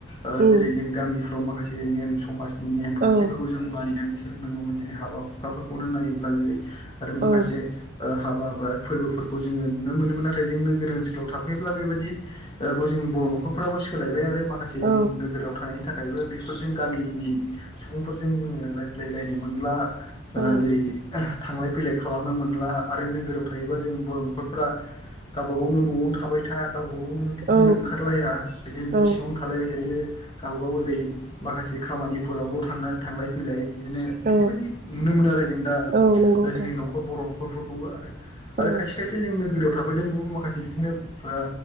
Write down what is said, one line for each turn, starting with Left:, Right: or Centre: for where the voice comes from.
Left: ओ
Right: उम
Left: जेरै जों गामिफ्र मा माखासे नेम समाजनि नेम खान्थिफोरखौ
Right: औ
Left: जों मानिनानै सो लोंनांगौमोन जेरै' हाबा हुखाफोरखौनो नायोब्ला जेरै' आरो माखासे
Right: औ
Left: ओ हाबा बा फोरबोफोरखौ जोङो नुनो मोनोमोन नाथाय जों नोगोर ओनसोलाव थाफैयोब्ला बेबायदि ओ बोजों बर' न'खरफ्राबो सोलायबाय आरो माखासे
Right: औ
Left: जोंनि नोगोराव थानायनि थाखा थाखायबो बेफोरजों गामिनि सुबुंफोरजों जोङो रायज्लायलायनो मोनला। ओ
Right: औ
Left: जेरै थांलाय फैलाय खालामनो मोनला आरो नोगोराव थायोबा जों बर'खर फोरा गावब गावनो न'आवनो थाबाय था। बा बबावनो बिदिनो
Right: औ
Left: ओंखारलाया बिदिनो न'
Right: औ
Left: सिङावनो थालायबाय थायो। गाव गाव ओरै माखासे खामानिफोरावल' थांनानै थांलाय फैलाय बिदिनो
Right: औ
Left: बिदि बायदि नुनो मोनो आरो जों दा
Right: औ नंगौ
Left: जोंनि
Right: नोंथां
Left: न'खर बर' न'खरफोरखौबो आरो।
Right: औ
Left: आरो खायसे खायसे जों नोगोराव था बायदि नुनो माखासे बिदिनो ओ